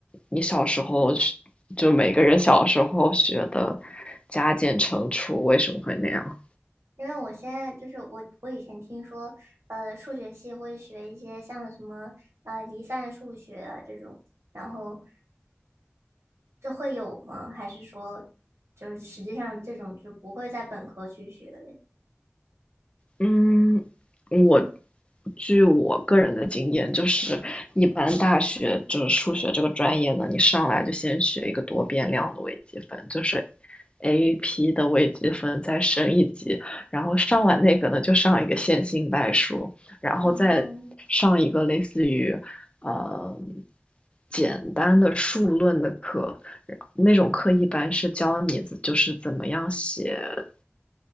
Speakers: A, on the left; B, on the right.
A: 你小时候就每个人小时候学的加减乘除为什么会那样。
B: 因为我现在就是我，我以前听说，呃，数学系会学一些像什么呃离散数学啊这种，然后这会有吗？还是说，就是实际上这种就不会在本科去学嘞？
A: 嗯，我据我个人的经验，就是一般大学就是数学这个专业呢，你上来就先学一个多变量的微积分，就是 AP 的微积分再升一级，然后上完那个呢，就上一个线性代数，然后再上一个类似于呃
B: 哦，
A: 简单的数论的课，然那种课一般是教你就是怎么样写。